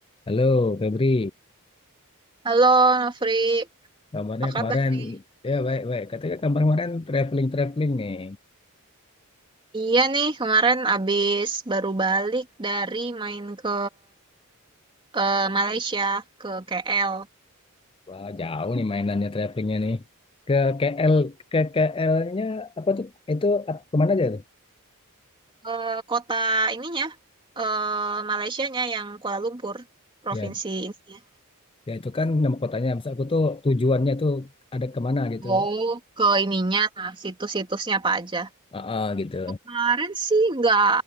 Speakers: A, on the left; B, on the right.
A: Halo Febri,
B: Halo, Nofri.
A: kabarnya
B: Apa kabar
A: kemarin
B: nih?
A: ya baik-baik. Katanya kabar kemarin traveling-traveling nih.
B: Iya nih, kemarin abis baru balik dari main ke eh, Malaysia, ke KL.
A: Wah jauh nih mainannya travelingnya nih. Ke KL, ke KL-nya apa tuh? Itu ap- kemana aja tuh?
B: Ke kota ininya, eh Malaysianya yang Kuala Lumpur, provinsi
A: Ya,
B: ininya.
A: ya itu kan nama kotanya. Maksud aku tuh tujuannya tuh ada kemana gitu.
B: Oh, ke ininya, nah, situs-situsnya apa aja.
A: Heeh, gitu.
B: Kemarin sih nggak